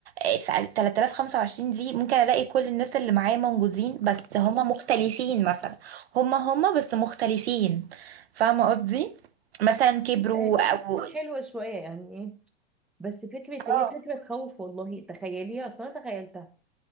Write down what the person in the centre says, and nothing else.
دي
تكون حلوة شوية يعني ايه بس فكرة
هي فكرة تخوف والله تخيليها اصلا أنا تخيلتها